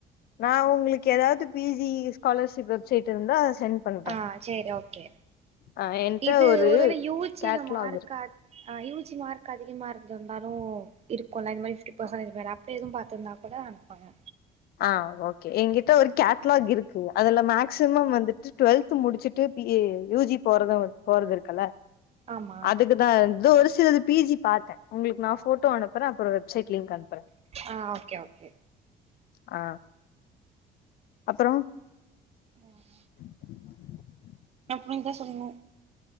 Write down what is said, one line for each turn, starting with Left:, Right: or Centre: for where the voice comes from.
Left: நா உங்குளுக்கு ஏதாவது பி ஜி ஸ்காலர்ஷிப் வெப்சைட் இருந்தா அத சென்ட் பண்றே
Right: ஆ செரி ஓக்கே
Left: ஆ என்ட்ட
Right: இது
Left: ஒரு
Right: ஒருவேள யூ ஜில
Left: கேட்லாக்
Right: மார்க்கா
Left: இருக்கு
Right: ஆ யூ ஜி மார்க் அதிகமா இருந்து இருந்தாலு இருக்கோல இத மாரி ஸ்கி பர்சனேட்டேஜ் மாரி அப்ப எதும் பாத்துருந்தா கூட அனுப்புங்க
Left: ஆ ஓக்கே ஏங்கிட்ட ஒரு கேட்லாக் இருக்கு அதுல மேக்சிமம் வந்துட்டு டுவெல்த்து முடிச்சுட்டு பி யூ ஜி போறதோ போறதுறுக்குல்ல
Right: ஆமா
Left: அதுக்கு இதா ஒரு சிலது பி ஜி பாத்தே உங்குளுக்கு நா ஃபோட்டோ அனுப்புறே அப்புறோ வெப்சைட் லிங்க் அனுப்புறே
Right: ஆ ஓகே ஓகே
Left: ஆ அப்பறோ
Right: மூ வான்
Left: <inaudible>
Right: அப்டீன்னுதா சொல்லணோ